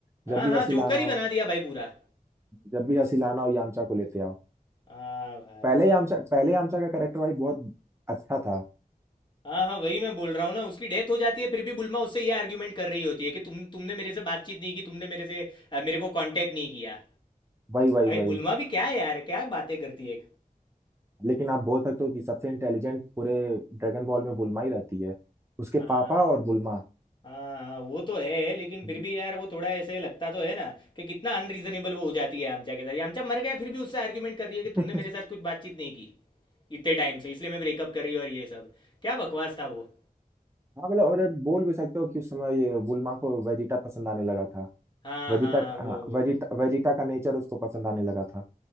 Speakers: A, on the right; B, on the left.
A: जब
B: हाँ
A: भी
B: हाँ
A: हंसी
B: जोकर
A: लाना
B: ही
A: हो
B: बना दिया भाई पूरा
A: जब भी हंसी लाना हो यामचा को लेते आओ
B: हाँ भाई
A: पहले यामचा पहले यामचा का कैरेक्टर भाई बहुत अच्छा था
B: हाँ हाँ वही मैं बोल रहा हूँ ना उसकी डेथ हो जाती है फिर भी बुलमा उससे ये आर्ग्यूमेंट कर रही होती है कि तुम तुमने मेरे से बातचीत नहीं की तुमने मेरे से अ, मेरे को कांटेक्ट नहीं किया
A: वही वही
B: भाई
A: वही
B: बुलमा भी क्या है यार क्या बातें करती है
A: लेकिन आप बोल सकते हो कि सबसे इंटेलिजेंट पूरे ड्रैगन बॉल में बुल्मा ही रहती है उसके
B: हाँ
A: पापा और बुल्मा
B: हाँ हाँ, वो तो है लेकिन फिर
A: हम्म।
B: भी यार वो थोड़ा ऐसे लगता तो है ना कि कितना अनरीजनेबल वो हो जाती है आमचा के साथ ये आमचा मर गया फिर भी उससे आर्ग्यूमेंट कर रही
A: <laughs>
B: है कि तुमने मेरे साथ कुछ बातचीत नहीं की इतने टाइम से इसलिए मैं ब्रेकअप कर रही हूँ और ये सब क्या बकवास था वो
A: हाँ मतलब और बोल भी सकते हो कि उस समय ये बुल्मा को वेजिटा पसंद आने लगा था
B: हाँ
A: वेजिटा
B: हाँ वो
A: हाँ
B: वो
A: वेजिटा वेजिटा का नेचर उसको पसंद आने लगा था